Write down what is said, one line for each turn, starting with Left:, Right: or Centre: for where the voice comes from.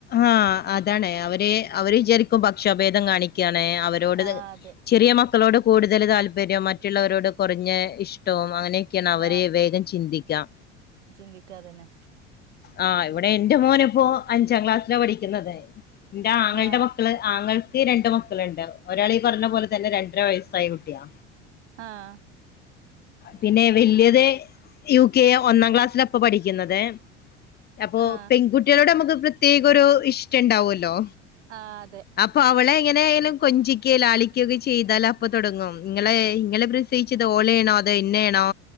Left: ആഹ് അതാണ് അവര് അവര് വിചാരിക്കും ഭക്ഷാഭേദം കാണിക് ക്കാണ് അവരോട്
Right: ആ അതെ
Left: ചെറിയ മ മക്കളോട് കൂടുതൽ താല്പര്യവും മറ്റുള്ളവരോട് കുറഞ്ഞ ഇഷ്ടവും അങ്ങനെ ണ്
Right: ആ
Left: അവരെ വേഗം ചിന്തിക്കാം
Right: ചിന്തിക്കാതന്നെ
Left: ആഹ് ഇവിടെ എൻ്റെ മോനപ്പോ അഞ്ചാം ക്ലാസ്സിലാ പഠിക്കുന്നുത് എന്റെ ആങ്ങളുടെ
Right: ആ
Left: മക്ക ക്കള് ആങ്ങൾക്ക് രണ്ട് മക്കളുണ്ട് ഒരാള് ഈ പറഞ്ഞ പോലെ തന്നെ രണ്ടര വയസ്സായ കുട്ടിയാ
Right: ആഹ്
Left: പിന്നെ വല്യത് യു കെ ഒന്നാം ക്ലാസ്സിലപ്പൊ പഠിക്കുന്നത് അപ്പൊ
Right: ആ
Left: പെൺകുട്ടികളോട് നമുക്ക് പ്രത്യേകം ഒരു ഇഷ്ടം ഉണ്ടാവുവല്ലോ
Right: ആ അതെ
Left: അപ്പൊ അവളെ എങ്ങനെ ആയാലും കൊഞ്ചി ക്കെ ലാളിക്കൊക്കെ ചെയ്താല് അപ്പൊ തുടങ്ങും നിങ്ങളെ നിങ്ങളെ പ്രസയിച്ചത് ഒലെ ആണോ അതോ എന്നെ ആണോ